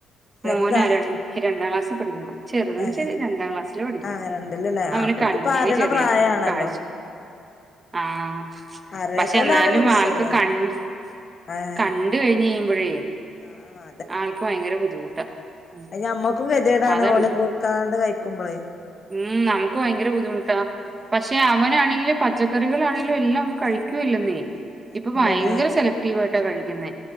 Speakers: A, on the left (about 45°); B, on the right (about 25°).
A: ചെറുതാ
B: മോനാ രൺ രണ്ടാം ക്ലാസ്സിൽ പഠിക്കുന്നു. ചെറുതും
A: ഏഹ്
B: ചെ രണ്ടാം ക്ലാസ്സില് പടിക്കണ്
A: ആഹ് രണ്ടിലല്ലേ
B: അവന്
A: ആഹ് അപ്പോൽക്കിപ്പ
B: കണ്ണിന്
A: അറിയണ
B: ചെറിയ
A: പ്രായാണല്ലോ
B: കാഴ്ച ആഹ്
A: അറിയാത്തോലാവുമ്പോ
B: പക്ഷെ എന്നാലും
A: പ്രശ്നല്ല
B: ആൾക്ക് കണ്ട്
A: ഏഹ്
B: കണ്ട് കഴിഞ്ഞയ്യുമ്പഴേ
A: ആഹ് ആഹ്
B: ആൾക്ക് ഭയങ്കര ബുദ്ധിമുട്ടാ. ഉം
A: അയ് ഞമ്മക്കും കെതിയേടാണ്
B: അതാണ്
A: ഓലെ കൊട്ക്കാണ്ടെ കഴിക്കുമ്പളേയ്.
B: ഉം നമുക്ക് ഭയങ്കര ബുദ്ധിമുട്ടാ.
A: ആഹ്
B: പക്ഷെ അവനാണെങ്കില് പച്ചക്കറികളാണെങ്കിലും എല്ലാം ഒന്നും കഴിക്കൂല്ലെന്നേ
A: കഴിക്കൂലല്ലേ
B: ഇപ്പ ഭയങ്കര സെലക് ട്ടീ വട്ടാ കഴിക്കുന്നേ